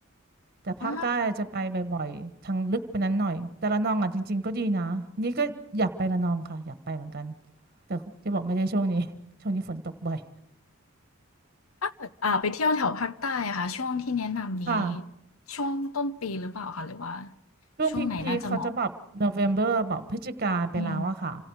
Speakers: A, on the right; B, on the left.
A: แต่ภาคใต้จะไปบ่อยๆทางลึกไปนั้นหน่อยแต่ระนองอ่ะจริงๆก็ดีนะนี่ก็อยากไประนองค่ะอยากไปเหมือนกัน
B: อา
A: แต่จะบอกไม่ใช่ช่วงนี้ <laughs> ช่วงนี้ฝนตกบ่อย
B: ถ้าเกิดอ่าไปเที่ยวแถวภาคใต้อะค่ะช่วงที่แนะนำนี้
A: ค่ะ
B: ช่วงต้นปีหรือเปล่าคะหรือว่า
A: ช่วงพีคๆเขาจะแบบโนเวมเบอร์แบบพฤศจิกาไปแล้วอะค่ะ
B: ช่วงไหนน่าจะเหมาะอืม